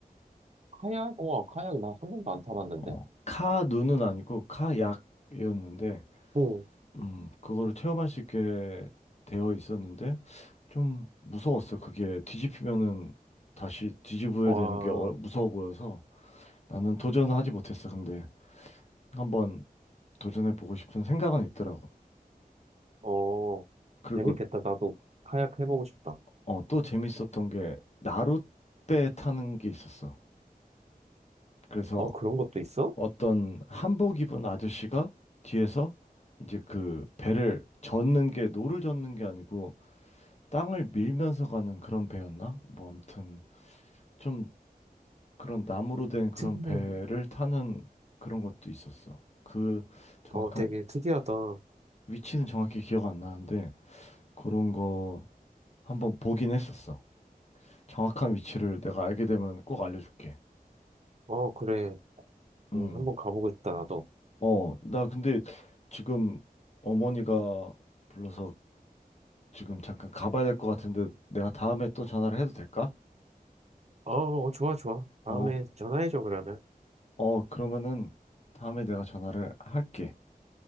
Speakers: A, on the right; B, on the left.
A: 카약? 와, 카약 나 한 번도 안 타봤는데.
B: 어, 카누는 아니고 카약이었는데,
A: 응.
B: 음, 그거를 체험할 수 있게 되어 있었는데 좀 무서웠어. 그게 뒤집히면은 다시 뒤집어야
A: 와,
B: 되는 게 어- 무서워 보여서 나는 도전을 하지 못했어. 근데 한번 도전해 보고 싶은 생각은 있더라고.
A: 어,
B: 그리고
A: 재밌겠다. 나도 카약 해보고 싶다.
B: 어, 또 재밌었던 게 나룻배 타는 게 있었어. 그래서
A: 어, 그런 것도 있어?
B: 어떤 한복 입은 아저씨가 뒤에서 이제 그 배를 젓는 게 노를 젓는 게 아니고 땅을 밀면서 가는 그런 배였나? 뭐 아무튼 좀 그런 나무로 된 그런
A: 특이한
B: 배를 타는 그런 것도 있었어. 그 정확한
A: 어, 되게 특이하다. 어,
B: 위치는 정확히 기억 안 나는데 그런 거 한번 보긴 했었어. 정확한 위치를 내가 알게 되면 꼭 알려줄게.
A: 어, 그래.
B: 응.
A: 음, 한번 가보고 싶다, 나도.
B: 어, 나 근데 지금 어머니가 불러서 지금 잠깐 가봐야 될 것 같은데 내가 다음에 또 전화를 해도 될까?
A: 어, 어, 좋아, 좋아. 다음에
B: 어,
A: 전화해줘, 그러면.
B: 어, 그러면은 다음에 내가 전화를 할게.